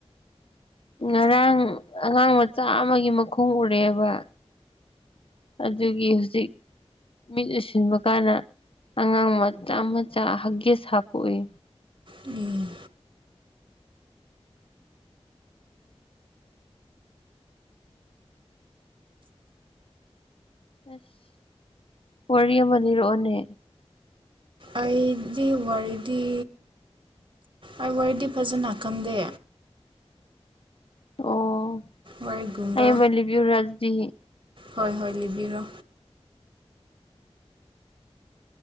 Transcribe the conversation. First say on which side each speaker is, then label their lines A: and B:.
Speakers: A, on the left; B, on the right.
A: ꯉꯔꯥꯡ ꯑꯉꯥꯡ ꯃꯆꯥ ꯑꯃꯒꯤ ꯃꯈꯣꯡ ꯎꯔꯛꯑꯦꯕ ꯑꯗꯨꯒꯤ ꯍꯧꯖꯤꯛ ꯃꯤꯠ ꯎꯁꯤꯟꯕ ꯀꯥꯟꯗ ꯑꯉꯥꯡ ꯃꯆꯥ ꯃꯆꯥ ꯍꯛꯒꯦꯁ ꯍꯥꯞꯄꯣꯛꯏ
B: ꯎꯝ
A: ꯑꯁ ꯋꯥꯔꯤꯌꯦꯃ ꯂꯩꯔꯑꯣꯅꯦ
B: ꯑꯩꯒꯤ ꯋꯥꯔꯤꯗꯤ ꯑꯩ ꯋꯥꯗꯤ ꯐꯖꯅ ꯈꯟꯗꯦ
A: ꯑꯣ
B: ꯋꯥꯔꯤꯒꯨꯝꯕ
A: ꯑꯩ ꯃꯂꯤꯕꯤꯌꯨ ꯔꯖꯗꯤ
B: ꯍꯣꯏ ꯍꯣꯏ ꯂꯤꯕꯤꯔꯣ